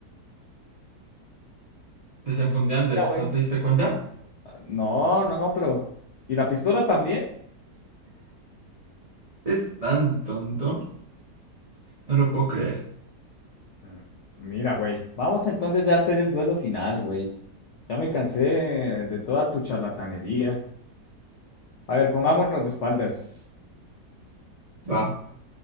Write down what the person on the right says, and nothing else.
Desenfunde antes.
¿No te diste cuenta?
Es tan tonto. No lo puedo creer.
Va.